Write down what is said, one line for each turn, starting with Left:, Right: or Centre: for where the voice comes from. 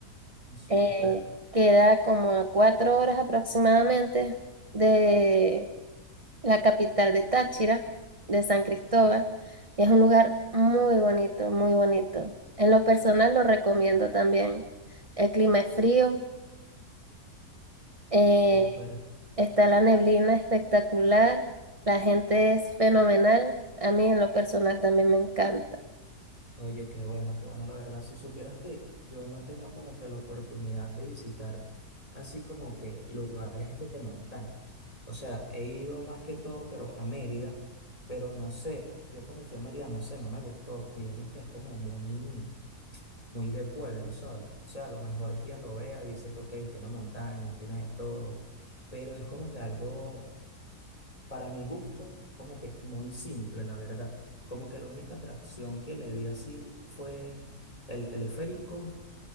Left: Ah, Súper.
Right: eh, queda como a cuatro horas aproximadamente de la capital de Táchira, de San Cristóbal. Es un lugar muy bonito, muy bonito. En lo personal lo recomiendo también. El clima es frío. eh,
Left: Súper.
Right: Está la neblina espectacular, la gente es fenomenal, a mí en lo personal también me encanta.
Left: Oye, qué bueno, qué bueno, la verdad. Si supieras que yo no he tenido como que la oportunidad de visitar así como que lugares de montañas. O sea, he ido más que todo, pero a Mérida, pero no sé, yo cuando fui a Mérida, no sé, no me gustó. Digamos que es como muy, muy de pueblo, ¿sabes? O sea, a lo mejor quien lo vea dice que, ok, tiene montañas, tiene de todo, pero es como que algo Para mi gusto, como que muy simple, la verdad. Como que la única atracción que le vi así fue el teleférico,